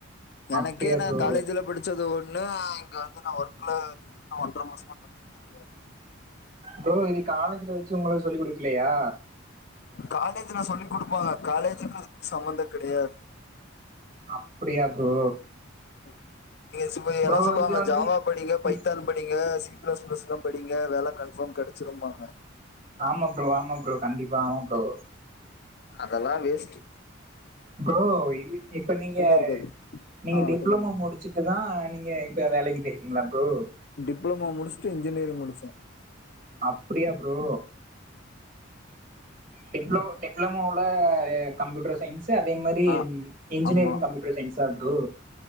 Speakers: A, on the right; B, on the left.
A: அப்டியா
B: எனக்கே நா
A: ப்ரோ
B: காலேஜ்ல படிச்சது ஒன்னு ஆ இங்க வந்து நா ஒர்க்ல இது இன்ன ஒன்ற மாசமா கத்துக்கிட்ருக்காரு
A: ப்ரோ இது காலேஜ்ல வச்சு ஒங்களுக்கு சொல்லி் குடுக்கலையா
B: காலேஜ்ல சொல்லி் குடுப்பாங்க காலேஜுக்கு இதுக்கு சம்பந்த கெடையாது
A: அப்டியா ப்ரோ
B: ம் நீங்க சுபை
A: ப்ரோ
B: எல்லா சொல்லுவாங்க
A: இது வந்து
B: ஜாவா படிங்க பைத்தான்
A: இப்
B: படிங்க சி பிளஸ் பிளஸ்லா படிங்க வேல கன்பாஃம் கெடச்சிரும்பாங்க
A: ஆமா ப்ரோ ஆமா ப்ரோ கண்டிப்பா ஆமா ப்ரோ
B: அதலா வேஸ்ட்டு
A: ப்ரோ இவ் இப்ப நீங்க
B: இருக்காது
A: நீங்க
B: ஆ
A: டிப்ளமோ
B: சொல்லுங்க
A: முடிச்சுட்டுதா நீங்க இப்ப வேலைக்கு போயிருக்கிங்ளா ப்ரோ
B: டிப்ளமோ முடிஸ்ட்டு இன்ஜினேரிங் முடிச்ச
A: அப்டியா ப்ரோ டிப்ள டிப்ளமோல கம்ப்யூட்டர் சயின்ஸ் து அதே மாதிரி
B: ஆ
A: ம் இன்ஜினேரிங்
B: ஆமா
A: கம்ப்யூட்டர் சயின்ஸா ப்ரோ